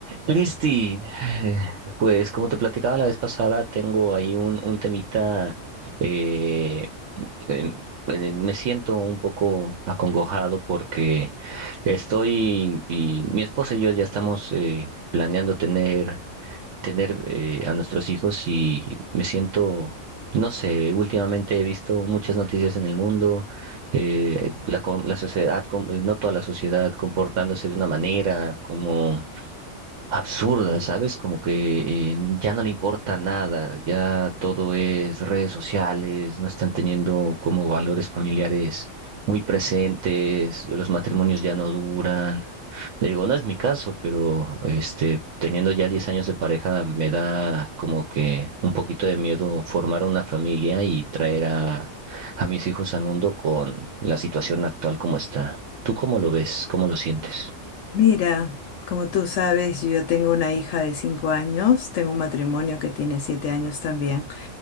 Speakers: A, on the right; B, on the left.
A: Cristi, eh, pues como te platicaba la vez pasada, tengo ahí un, un temita, eh, em, eh, me siento un poco acongojado porque estoy, y mi esposa y yo ya estamos eh, planeando tener, tener eh, a nuestros hijos y me siento, no sé, últimamente he visto muchas noticias en el mundo, eh, la, co- la sociedad, com- eh, no toda la sociedad comportándose de una manera, como absurda, ¿sabes? Como que eh, ya no le importa nada, ya todo es redes sociales, no están teniendo como valores familiares muy presentes, los matrimonios ya no duran. Le digo, no es mi caso, pero este, teniendo ya 10 años de pareja, me da como que un poquito de miedo formar una familia y traer a, a mis hijos al mundo con la situación actual como está. ¿Tú cómo lo ves? ¿Cómo lo sientes?
B: Mira, como tú sabes, yo tengo una hija de cinco años, tengo un matrimonio que tiene siete años también.